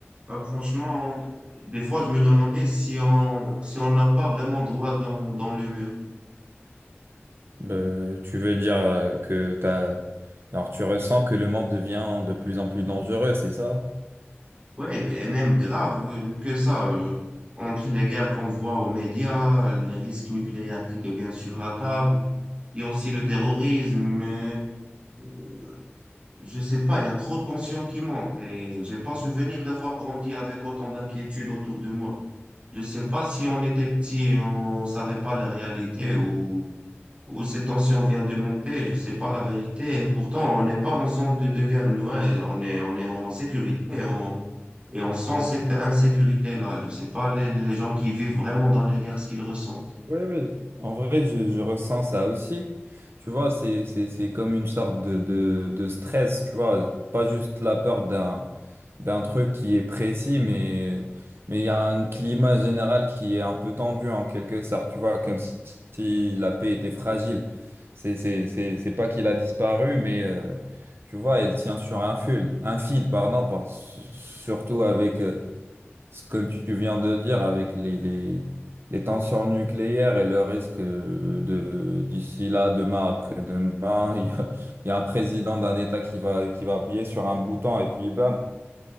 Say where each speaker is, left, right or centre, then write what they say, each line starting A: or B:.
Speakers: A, on the right (about 30°); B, on the right (about 60°).
A: Ben, franchement, des fois, je me demandais si on, si on n'a pas vraiment droit dans, dans le mur.
B: Euh, tu veux dire euh, que t'as... Alors, tu ressens que le monde devient de plus en plus dangereux, c'est ça?
A: Ouais, et même grave euh, que ça, euh, entre les guerres qu'on voit aux médias, les risques nucléaires qui deviennent sur la table, il y a aussi le terrorisme, euh, euh, je sais pas, il y a trop de tensions qui montent et j'ai pas souvenir d'avoir grandi avec autant d'inquiétudes autour de moi. Je sais pas si on était petit et on savait pas la réalité ou, ou ces tensions viennent de monter, je sais pas la vérité et pourtant on n'est pas en zone de, de guerre, nous, hein, on est, on est en sécurité, et on sent cette insécurité-là. Je ne sais pas les, les gens qui vivent vraiment dans les guerres, ce qu'ils ressentent.
B: Ouais, ouais. En vrai, je, je ressens ça aussi. Tu vois, c'est, c'est, c'est comme une sorte de, de, de stress, tu vois. Pas juste la peur d'un, d'un truc qui est précis, mais, mais il y a un climat général qui est un peu tendu en quelque sorte, tu vois, comme si, si la paix était fragile. C'est, c'est, c'est, c'est pas qu'il a disparu, mais euh, tu vois, elle tient sur un fil, un fil, pardon, par- surtout avec. euh, ce que tu viens de dire avec les, les, les tensions nucléaires et le risque euh, de d'ici là, demain, après-demain, <laughs> il y a, il y a un président d'un État qui va qui va appuyer sur un bouton et puis bam.